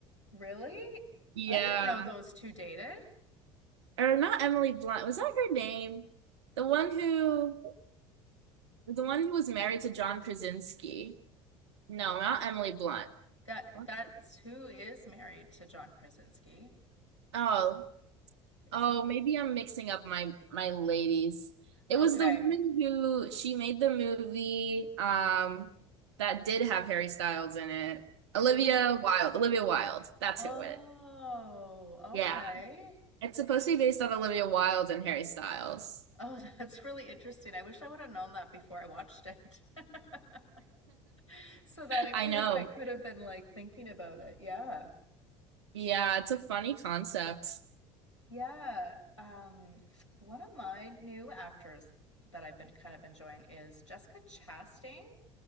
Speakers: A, on the left; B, on the right.
A: Really?
B: Yeah.
A: I didn't know those two dated.
B: or not Emily Blunt. Was that her name? The one who the one who was married to John Krasinski. No, not Emily Blunt.
A: That
B: What?
A: that's who is married to John Krasinski,
B: Oh,
A: isn't?
B: oh, maybe I'm mixing up my my ladies. It
A: Okay.
B: was the woman who she made the movie um that did have Harry Styles in it. Olivia
A: Oh.
B: Wilde. Olivia Wilde. That's
A: Oh,
B: who it.
A: okay.
B: Yeah. It's supposed to be based on Olivia Wilde and Harry Styles.
A: Oh, <laughs> that's really interesting. I wish I would have known that before I watched it. <laughs> So that it
B: I
A: could
B: know.
A: have I could have been like thinking about it. Yeah.
B: Yeah, it's a funny concept.
A: Yeah, um, one of my new actors that I've been kind of enjoying is Jessica Chastain.